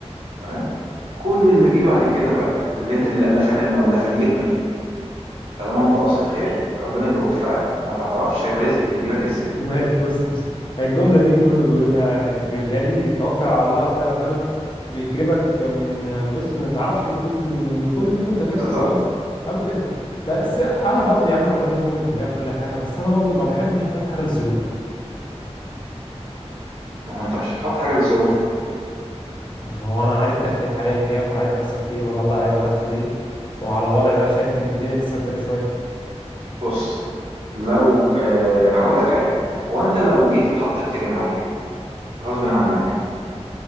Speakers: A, on the right; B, on the left.
A: تمام كل اللي جه بعد كده بقى ده اللي انت الالافات المؤلفه دي جت منين طالما انت قاصد خير ربنا بيوفقك وما تعرفش الرزق بيجيلك ازاي
B: <laughs> ماشي بص بص الجملة دي كله بيقولها بيقولها لي توكل على الله هتلاقي ربنا بيكرمك من بص ما تعرفش الفلوس بتيجي منين وكل اليوم تجارب
A: بالظبط
B: في الجواز قالوا كده بس انا برضو يا عم انا راجل مؤمن بالله وكل حاجة بس انا برضو ما بحبش احط حاجة للظروف
A: ما هو انت مش هتحط حاجه للظروف
B: ما هو انا عارف دخلي حاليا كام وعارف بصرف ايه وبطلع ايه وبدخل ايه وعلى الوضع ده شايف ان الدنيا لسه قدامي شوية
A: بص لو أه هقول لك حاجه هو انت لو جيت اتحطيت في جمعيه غصب عنك